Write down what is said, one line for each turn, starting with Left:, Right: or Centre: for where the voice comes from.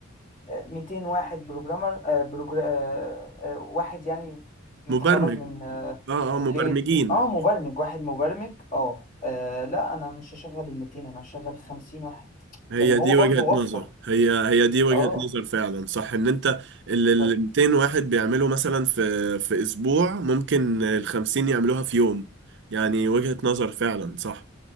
Left: آه، 200 واحد بروجرامر آه، بروجر... آه، آه، واحد يعني متخرج
Right: مبرمج
Left: من آه،
Right: اه
Left: كليه
Right: اه مبرمجين
Left: اه مبرمج واحد مبرمج اه آه، لا انا مش هشغل ال 200 انا هشغل 50 واحد
Right: هي
Left: يعني هو
Right: دي
Left: برضو
Right: وجهة
Left: وفر
Right: نظر هي هي دي وجهة
Left: اه
Right: نظر فعلا صح ان انت اللي ال
Left: ده
Right: 200 واحد بيعملوا مثلا في في اسبوع ممكن ال 50 يعملوها في يوم يعني وجهة نظر فعلا صح